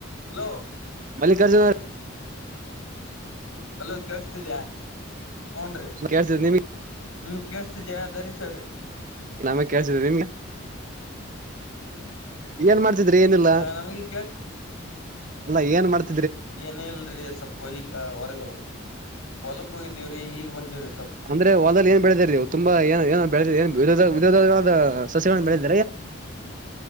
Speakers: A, on the left; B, on the right.
A: Hello
B: Mallikarjuna ಅವರ್
A: hello ಕೇಳಸ್ತಿದ್ಯಾ ಹ್ನ್ ರೀ
B: ಕೇಳ್ತಿದ್ ನಿಮ್ಗೆ
A: ನಿಮ್ಗ್ ಕೇಳಸ್ತಿದಿಯಾ ಧರಿಸವ್ರಿ
B: ನನಗೆ ಕೇಳ್ಸತ್ತಿದೆ ನಿಮ್ಗೆ ಏನ್ ಮಾಡ್ತಿದ್ರಿ ಏನಿಲ್ಲ
A: ಹ ನಮಗೆ
B: ಅಲ್ಲ ಏನ್ ಮಾಡ್ತ
A: ಏನ್ ಇಲ್ರಿ ಸ್ವಲ್ಪ ಈಗ ಹೊರಗ ಹೊಲಕ್ಕು ಇದ್ದೀವ್ರಿ ಈಗ ಬಂದಿವವ್ರಿ
B: ಅಂದ್ರೆ ವಲ್ಲ್ಲಿ ಏನ್ ಬೆಳೆದ ಇರ್ೀವು ತುಂಬ ಏ ಏಏೋ ವಿರೋಧಗಳಾದ ಸಸ್ಯ ಬೆಳೆದ